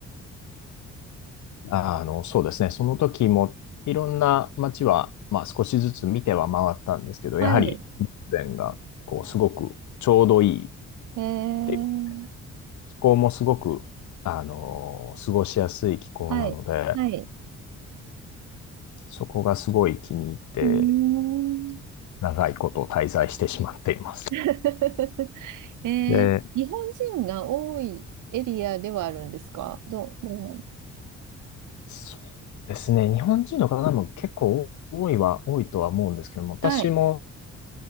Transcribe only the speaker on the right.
はい。
えー、
はい、はい。
うーん。
<laughs> えー、
日本人が多いエリアではあるんですかどう、どう
はい、